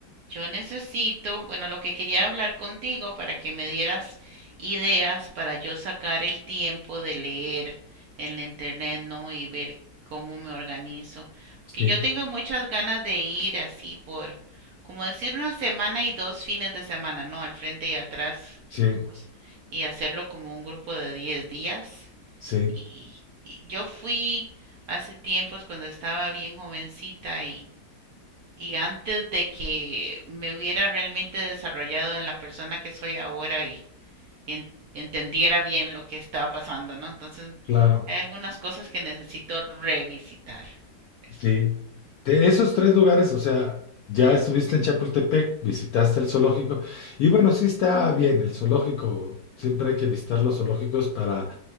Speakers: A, on the right; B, on the left.
A: Yo necesito, bueno, lo que quería hablar contigo para que me dieras ideas para yo sacar el tiempo de leer en la internet, ¿no? Y ver cómo me organizo. Porque
B: Sí,
A: yo tengo muchas ganas de ir así por, como decir, una semana y dos fines de semana, ¿no? Al frente y atrás,
B: sí,
A: como es- y hacerlo como un grupo de 10 días.
B: sí,
A: Y, y yo fui hace tiempos cuando estaba bien jovencita y antes de que me hubiera realmente desarrollado en la persona que soy ahora y, y en- entendiera bien lo que estaba pasando, ¿no? Entonces,
B: claro.
A: hay algunas cosas que necesito revisitar. Es-
B: Sí. De esos tres lugares, o sea, ya estuviste en Chapultepec, visitaste el zoológico, y bueno, sí está bien el zoológico. Siempre hay que visitar los zoológicos para,